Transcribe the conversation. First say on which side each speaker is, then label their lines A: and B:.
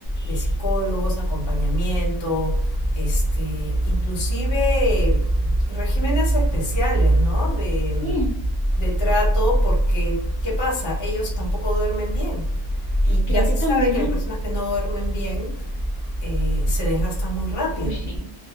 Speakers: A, on the left; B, on the left.
A: de psicólogos, acompañamiento, este, inclusive eh, regímenes especiales, ¿no? De,
B: sí,
A: de trato, porque ¿qué pasa? Ellos tampoco duermen bien. Y
B: creo
A: ya se
B: que también,
A: sabe que las personas que no duermen bien eh, se desgastan muy rápido.
B: uy, sí,